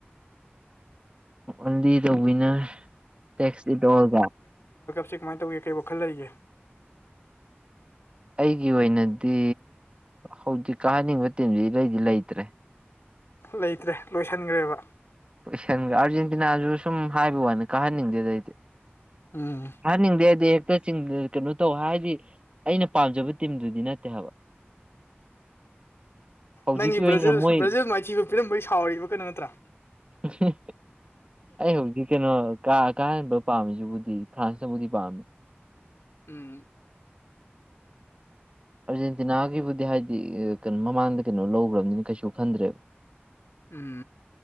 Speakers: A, on the right; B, on the left.
A: only the winner takes it all
B: ꯁꯤ ꯀꯃꯥꯏ ꯇꯧꯒꯦ ꯀꯩ ꯋꯥꯈꯜ ꯂꯩꯒꯦ
A: ꯑꯩꯒꯤ ꯑꯣꯏꯅꯗꯤ ꯍꯧꯖꯤꯛ ꯀꯥꯍꯟꯅꯤꯡꯕ ꯇꯤꯝꯁꯤ ꯏꯔꯩꯗꯤ ꯂꯩꯇ꯭ꯔꯦ
B: ꯂꯩꯇ꯭ꯔꯦ ꯂꯣꯏꯁꯤꯟꯈ꯭ꯔꯦꯕ
A: ꯀꯣꯏꯁꯟꯒ ꯑꯥꯔꯖꯦꯟꯇꯤꯅꯥꯁꯨ ꯁꯨꯝ ꯍꯥꯏꯕ ꯋꯥꯅꯤ ꯀꯥꯍꯟꯅꯤꯡꯗꯦ ꯑꯩꯗꯤ
B: ꯎꯝ
A: ꯀꯥꯍꯟꯅꯤꯡꯗꯦꯗꯤ ꯀꯩꯅꯣ ꯇꯧ ꯍꯥꯏꯔꯗꯤ ꯑꯩꯅ ꯄꯥꯝꯖꯕ ꯇꯤꯝꯗꯨꯗꯤ ꯅꯠꯇꯦ ꯍꯥꯏꯕ ꯍꯧꯖꯤꯛꯀꯤ
B: ꯅꯪꯒꯤ
A: ꯑꯣꯏꯅ
B: ꯕ꯭ꯔꯥꯖꯤꯜ
A: ꯃꯣꯏ
B: ꯕ꯭ꯔꯥꯖꯤꯜ ꯃꯥꯏꯊꯤꯕ ꯄꯤꯔꯝꯕꯒꯤ ꯁꯥꯎꯔꯤꯕ ꯀꯩꯅꯣ ꯅꯠꯇ꯭ꯔꯥ
A: ꯎ ꯑꯩ ꯍꯧꯖꯤꯛ ꯀꯩꯅꯣ ꯀꯥ ꯀꯥꯍꯦꯟꯕ ꯄꯥꯝꯃꯤꯁꯤꯕꯨꯗꯤ ꯐ꯭ꯔꯥꯟꯁꯅꯕꯨꯗꯤ ꯄꯥꯝꯃꯦ
B: ꯎꯝ
A: ꯑꯥꯔꯖꯦꯟꯇꯤꯅꯥꯒꯤꯕꯨꯗꯤ ꯍꯥꯏꯗꯤ ꯀꯩꯅꯣ ꯃꯃꯥꯡꯗ ꯀꯩꯅꯣ ꯂꯧꯈ꯭ꯔꯕꯅꯤꯅ ꯀꯩꯁꯨ ꯈꯟꯗ꯭ꯔꯦꯕ
B: ꯎꯝ